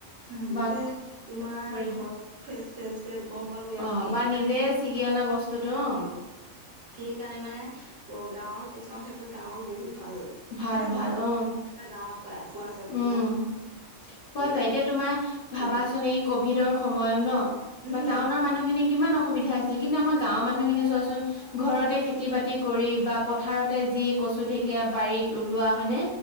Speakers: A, on the right; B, on the left.
A: উ <unintelligible>
B: বা
A: তোমাৰ
B: ধৰি
A: ঘৰত ফ্ৰেচ ফ্ৰেচ গম পালো ইয়াত
B: অ
A: <inaudible>
B: বা নিজে ছিগি অনা বস্তুটো অ
A: সেইকাৰণে মানে গাঁৱৰ কিছুমান ক্ষেত্ৰত গাঁৱৰো বহুত ভাল
B: ভাল
A: মানে
B: ভাল অ
A: গাঁৱত পায় পোৱা যায় বুজিলা
B: উম পোৱা
A: সেইকাৰণে
B: যায় এতিয়া তোমাৰ
A: ভাল
B: ভাবাচোন
A: লাগে
B: এই কভিডৰ সময়ত ন
A: উম উম
B: বা টাউনৰ মানুহখিনিক কিমান অসুবিধা আছিল কিন্তু আমাৰ গাঁওৰ মানুহখিনি চোৱাচোন ঘৰতে খেতি বাতি কৰি বা পথাৰতে যি কচু ঢেঁকীয়া বাৰীত ওলোৱা হয়নে